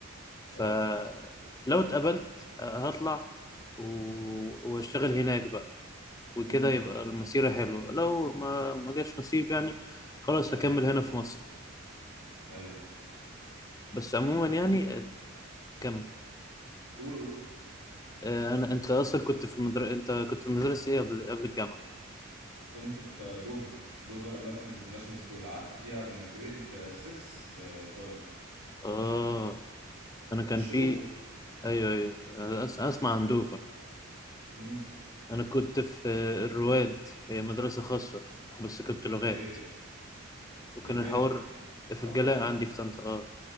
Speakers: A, on the left; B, on the right.
A: فلو
B: اه
A: اتقبلت آه، هطلع و- وأشتغل هناك بقى وكده
B: امم
A: يبقى المسيرة حلوة لو ما ما جاش نصيب يعني خلاص
B: ايوه
A: هكمل هنا في مصر
B: ايوه
A: بس عموما يعني
B: وانت
A: آه، كمل
B: قول قول
A: آه، انا انت اصلا كنت في مدر... انت كنت في مدرسة ايه قبل قبل الجامعة
B: كنت في دوفر دوفر امريكان انترناشونال سكول قعدت فيها من جريد 6 ب 12
A: اه انا كان
B: في الشروق
A: في
B: هنا
A: ايوه ايوه آه، أس... اسمع عن دوفر
B: امم
A: انا كنت في آه، الرواد هي مدرسة خاصة بس كنت
B: اوكي
A: لغات وكان
B: دي فين
A: الحوار في
B: طنطا
A: الجلاء
B: برضو
A: عندي في طنطا اه